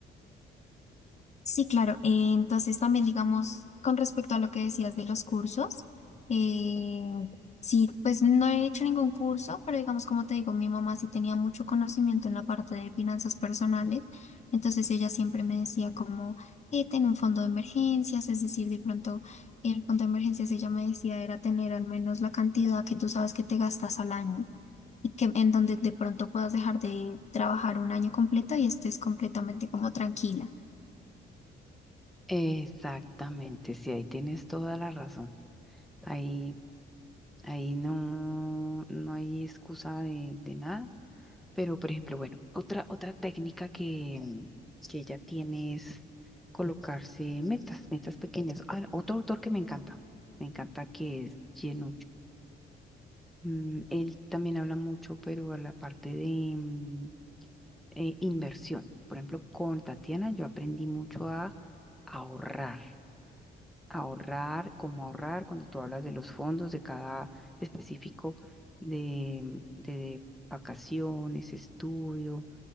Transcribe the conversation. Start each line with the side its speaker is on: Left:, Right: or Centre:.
Left: Sí, claro. Eh, Entonces también, digamos, con respecto a lo que decías de los cursos, eh, sí, pues no he hecho ningún curso, pero digamos, como te digo, mi mamá sí tenía mucho conocimiento en la parte de finanzas personales, entonces ella siempre me decía como, eh, ten un fondo de emergencias, es decir, de pronto el fondo de emergencias, ella me decía, era tener al menos la cantidad que tú sabes que te gastas al año. Y que en donde de pronto puedas dejar de trabajar un año completo y estés completamente como tranquila.
Centre: Exactamente, sí, ahí tienes toda la razón. Ahí, ahí no, no hay excusa de, de nada. Pero, por ejemplo, bueno, otra, otra técnica que, que ella tiene es colocarse metas, metas pequeñas. Ah, otro autor que me encanta, me encanta que es Chen Mm, Él también habla mucho, pero a la parte de mm, eh, inversión. Por ejemplo, con Tatiana yo aprendí mucho a ahorrar, ahorrar, cómo ahorrar, cuando tú hablas de los fondos de cada específico de, de vacaciones, estudio,